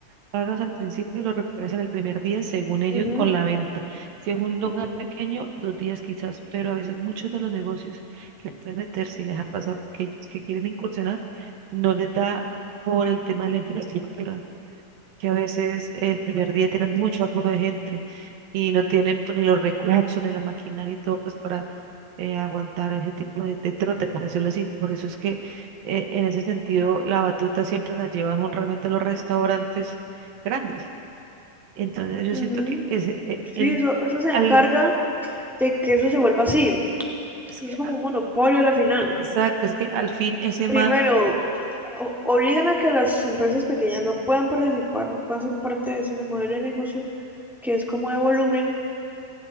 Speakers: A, on the right (about 80°); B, in the centre.
A: pagas al principio y los recuperas en el primer día, según ellos,
B: Ujú,
A: con la venta. Si es un lugar
B: ujú,
A: pequeño, dos días quizás, pero a veces muchos de los negocios que pueden meterse y les ha pasado a aquellos que quieren incursionar, no les da por el tema de la infraestructura. que a veces el primer día tienen mucho aflujo de gente y no tienen pues, ni los recursos, ni la maquinaria y todo, pues para eh, aguantar ese tipo de, de trote, por decirlo así. Por eso es que eh, en ese sentido la batuta siempre la llevan son realmente los restaurantes grandes. Entonces yo
B: ujú.
A: siento que ese, eh,
B: Sí,
A: el,
B: eso, eso se
A: al,
B: encarga de que eso se vuelva así.
A: es
B: Eso
A: que,
B: es como
A: ah,
B: un monopolio a la final.
A: exacto, es que al fin ese
B: Primero,
A: man
B: o- obligan a que las empresas pequeñas no puedan participar, no puedan ser parte de ese modelo de negocio que es como de volumen